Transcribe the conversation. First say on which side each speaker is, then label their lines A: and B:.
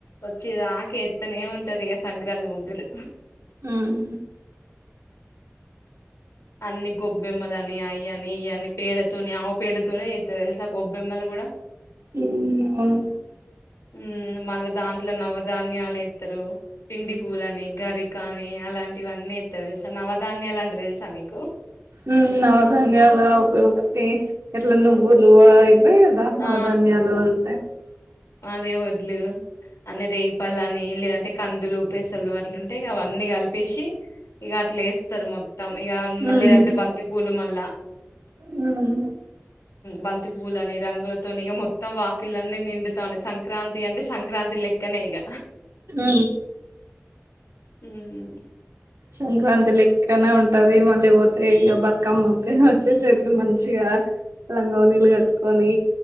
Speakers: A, on the left; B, on the right.
A: వచ్చి ఆక ఎత్తనే ఉంటారు ఇక సంక్రాంతి ముగ్గులు
B: ఉమ్
A: అన్ని గొబ్బెమ్మల అని అయ అని అని పేడచ్చ ఆవు పేడతోస గొబ్బెమ్మలు కూడా
B: ఇ అవును
A: ఉమ్ మళ్ళా దాంట్లో నవధాన్యాలు ఇస్తారు పిండి పూల అని గరికా అని అలాంటివన్నీ ఎస్తారు తెలుసా నవధాన్యాలు అంటే తెలుసా మీకు
B: ఉ నదని పయ మే ఎలా నువవులు బయదా
A: ఆ
B: అవదాన్యలు అంత
A: ద వడ్లు అ రేగిపల్ల అని లేదంటే కందులు పెసలు అట్లుంటాయి అవన్నీ కలిపేసి ఇగ అట్ల వేస్తారు మొత్త ఇక
B: హ్మ్
A: లేదంటే బంతి పూలు మ అలా
B: హ్మ్
A: బంతిపూలు అనే రంగులతోనిక మొత్తం వాకిలన్నీ నిండుతాయి సంక్రాంతి అంటే సంక్రాంతి లెక్కనే ఇగ
B: ఉ
A: ఉమ్
B: సంక్రాంతి లెక్కన ఉంటది మళ్ళీ ఇగ బతుకమ్మ వచ్చేసరికి మంచిగా లంగా వోణీలు కట్టుకొని